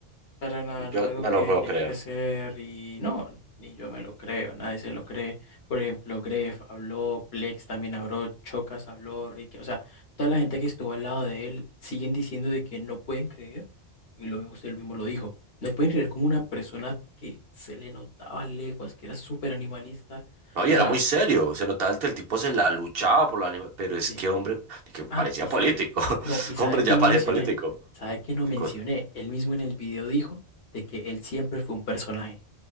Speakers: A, on the left; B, on the right.
A: para nada,
B: Yo,
A: no era algo
B: yo
A: que
B: no puedo
A: tenía
B: creer.
A: que hacer y no, ni yo me lo creo, nadie se lo cree. Por ejemplo, Gref habló, Plex también habló, Chocas habló, Ricky, o sea, toda la gente que estuvo al lado de él siguen diciendo de que no pueden creer, y lo mismo usted mismo lo dijo, no pueden creer como una persona que se le notaba leguas, que era súper animalista,
B: No,
A: o
B: y
A: sea,
B: era muy serio, se notaba que el tipo se la luchaba por la anima, pero es
A: sí.
B: que hombre, que parecía
A: Ah, y sa-
B: político.
A: No,
B: <laughs>
A: y sabe
B: Hombre,
A: que
B: ya
A: no
B: parece
A: mencioné,
B: político.
A: sabe que no
B: Qué
A: mencioné,
B: cosa.
A: él mismo en el video dijo de que él siempre fue un personaje.